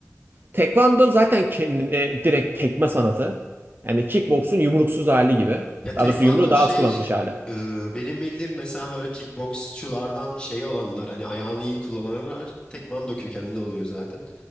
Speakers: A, on the right; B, on the left.
A: Tekvando zaten kendine e, direkt tekme sanatı. Yani kickboksun yumruksuz hali gibi.
B: Ya tekvando
A: Daha doğrusu yumruğu daha
B: şey
A: az kullanmış hali.
B: e, benim bildiğim mesela böyle kickboksçulardan şey olanlar hani ayağını iyi kullananlar tekvando kökenli oluyor zaten.